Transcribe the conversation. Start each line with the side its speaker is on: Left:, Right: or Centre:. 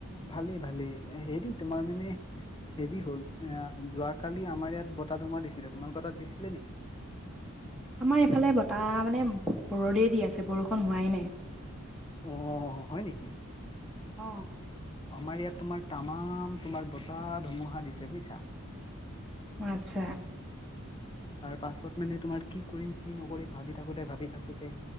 Left: ভালেই ভালেই এডি তোমাৰ মানে। হেৰি হ'ল এ যোৱাকালি আমাৰ ইয়াত বতাহ ধুমুহা দিছিলে তোমালোকৰ তাত দিছিলে নেকি?
Centre: আমাৰ এইফালে বতাহ মানে বৰদ দি আছে বৰষুণ হোৱাই নাই।
Left: অ অ অ হয় নেকি?
Centre: অ।
Left: আমাৰ ইয়াত তোমাৰ তামাম তোমাৰ বতাহ ধুমুহা দিছে বুজিছা।
Centre: আচ্ছা।
Left: তাৰ পাছত মানে তোমাৰ কি কৰিম কি নকৰিম ভাবি থাকোতে ভাবি থাকোতে।